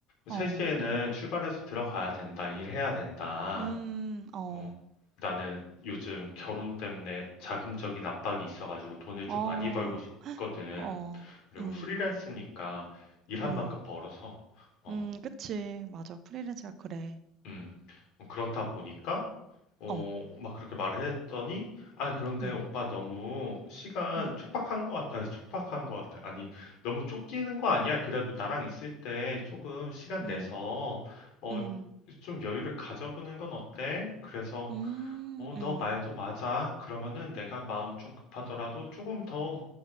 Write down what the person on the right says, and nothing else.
어.
음. 어.
어.
어.
음.
음.
음. 그치. 맞아. 프리랜서가 그래.
어.
음.
음.
음.
음.
음.
음.